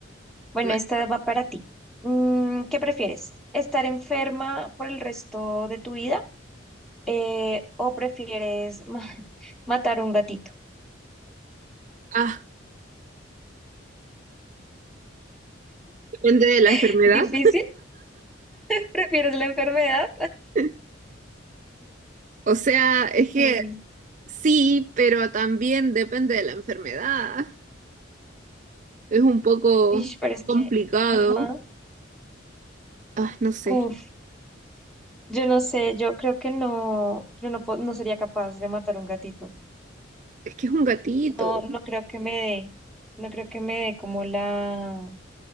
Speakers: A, in the centre; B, on the right (about 40°).
A: Bueno,
B: bueno,
A: esta va para ti. Mm, ¿qué prefieres? ¿Estar enferma por el resto de tu vida? Eh, ¿o prefieres ma- <laughs> matar un gatito?
B: ah, depende de la
A: <laughs>
B: enfermedad.
A: ¿Difícil? ¿Prefieres la enfermedad?
B: <laughs> O sea, es que
A: Sí.
B: sí, pero también depende de la enfermedad. Es un poco
A: Ish, pero es
B: complicado.
A: que... Ajá.
B: Ah, no sé,
A: Uf, yo no sé, yo creo que no, yo no, po- no sería capaz de matar un gatito.
B: es que es un gatito,
A: No, no creo que me dé, no creo que me dé como la,